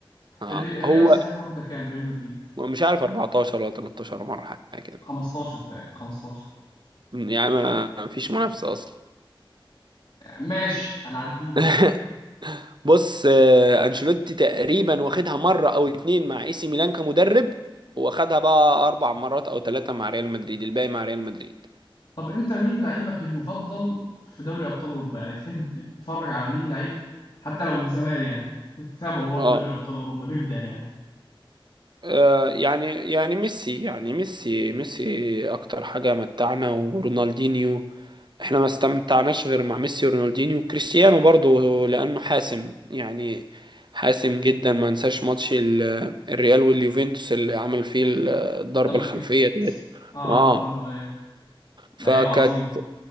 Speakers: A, on the right; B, on the left.
A: اه
B: الري- الريال
A: هو
B: صحيح واخدة كام؟ ريال مدريد
A: مش عارف 14 ولا 13 مرة حاجة كده
B: 15 تقريبا 15
A: يعني ما ما فيش منافسة أصلا
B: ماشي هنعديها
A: <laughs> بص آه، أنشيلوتي تقريبا واخدها مرة أو اتنين مع اي سي ميلان كمدرب واخدها بقى أربع مرات أو ثلاثة مع ريال مدريد الباقي مع ريال مدريد
B: طب انت مين لعيبك المفضل في دوري ابطال اوروبا يعني تحب تتفرج على مين لعيب حتى لو من زمان يعني تتابعه وهو
A: اه
B: في دوري ابطال اوروبا بيبدع يعني
A: آه، يعني يعني ميسي يعني ميسي ميسي أكتر حاجة متعنا ورونالدينيو احنا ما استمتعناش غير مع ميسي ورونالدينيو وكريستيانو برضه لانه حاسم يعني حاسم جدا ما انساش ماتش ال- الريال واليوفنتوس اللي عمل فيه ال- الضربة
B: دبل
A: الخلفية
B: كيك
A: ديت
B: اه
A: اه
B: الضربة ايوه
A: فكانت
B: لعيب عظيم